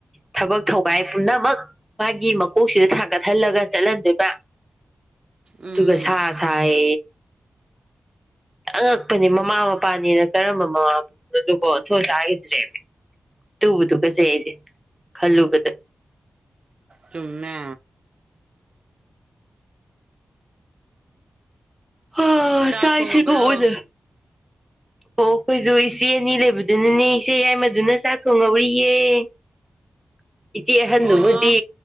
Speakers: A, in the centre; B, on the right.
A: ꯊꯕꯛ ꯊꯧꯒꯏ ꯄꯨꯝꯅꯃꯛ ꯃꯥꯒꯤ ꯃꯀꯣꯛꯁꯤꯗ ꯊꯥꯡꯒꯠꯍꯜꯂꯒ ꯆꯠꯍꯟꯗꯣꯏꯕ
B: ꯎꯝ
A: ꯑꯗꯨꯒ ꯁꯥ ꯁꯥꯏ ꯑꯉꯛꯄꯅꯦ ꯃꯃꯥ ꯃꯄꯥꯅꯤꯅ ꯀꯔꯝꯕ ꯃꯃꯥ ꯃꯄꯥꯅꯣꯗꯨꯀꯣꯊꯣꯏꯁꯈꯤꯗꯨ ꯂꯩꯃꯦ ꯇꯨꯕꯨꯇꯨꯀꯠꯖꯩ ꯑꯩꯗꯤ ꯈꯜꯂꯨꯕꯗ
B: ꯆꯨꯝꯃꯦ
A: ꯑ
B: ꯆꯥꯛ
A: ꯆꯥꯏꯁꯤ
B: ꯊꯣꯡꯉꯕ꯭ꯔꯣ
A: ꯀꯧꯗ ꯑꯣ ꯑꯩꯈꯣꯏꯁꯨ ꯏꯆꯦ ꯑꯅꯤ ꯂꯩꯕꯗꯨꯅꯅꯦ ꯏꯆꯦ ꯌꯥꯏ ꯃꯗꯨꯅ ꯆꯥꯛ ꯊꯣꯡꯍꯧꯔꯤꯌꯦ ꯑ <unintelligible> ꯏꯆꯦ ꯑꯍꯟꯗꯨꯕꯨꯗꯤ
B: ꯑꯣ